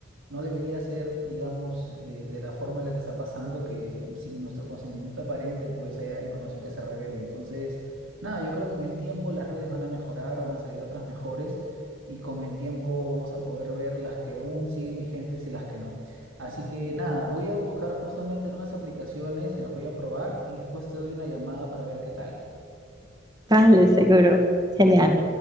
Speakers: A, on the right; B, on the right.
A: no debería ser, digamos, de, de la forma en la que está pasando que sin nuestro consentimiento aparente pues haya información que se revele. Entonces, nada, yo creo que en el tiempo las redes van a mejorar, van a salir otras mejores y con el tiempo vamos a poder ver las que aún siguen vigentes y las que no. Así que nada, voy a buscar justamente nuevas aplicaciones, las voy a probar y después te doy una llamada para ver qué tal.
B: Vale, seguro. Genial.